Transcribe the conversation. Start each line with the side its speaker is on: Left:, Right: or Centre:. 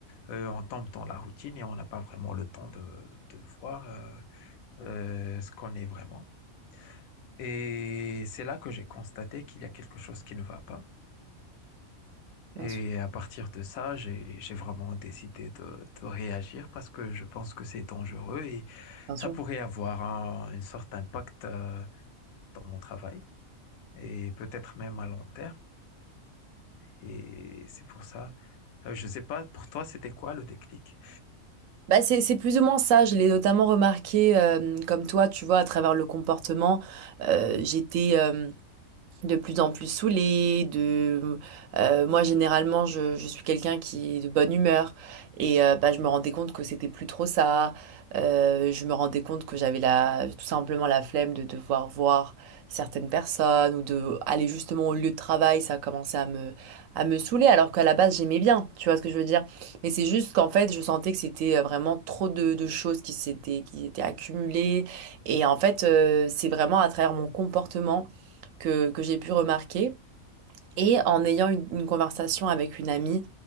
Left: Euh, on tombe dans la routine et on n'a pas vraiment le temps de, de voir euh, euh, ce qu'on est vraiment. Et c'est là que j'ai constaté qu'il y a quelque chose qui ne va pas.
Right: Bien
Left: Et
Right: sûr,
Left: à partir de ça, j'ai, j'ai vraiment décidé de, de réagir parce que je pense que c'est dangereux et
Right: bien
Left: ça
Right: sûr.
Left: pourrait avoir un- une sorte d'impact euh, dans mon travail et peut-être même à long terme. Et c'est pour ça. Euh, je ne sais pas, pour toi, c'était quoi le déclic?
Right: Bah c'est c'est plus ou moins ça. Je l'ai notamment remarqué, euh, comme toi, tu vois, à travers le comportement. Euh, j'étais, euh, de plus en plus saoulée, de euh, moi généralement je, je suis quelqu'un qui est de bonne humeur et euh, bah, je me rendais compte que c'était plus trop ça. Euh, je me rendais compte que j'avais la tout simplement la flemme de devoir voir certaines personnes ou de aller justement au lieu de travail, ça commençait à me à me saouler alors qu'à la base j'aimais bien, tu vois ce que je veux dire. Mais c'est juste qu'en fait je sentais que c'était euh, vraiment trop de, de choses qui s'étaient qui étaient accumulées et en fait euh, c'est vraiment à travers mon comportement que, que j'ai pu remarquer. Et en ayant une, une conversation avec une amie,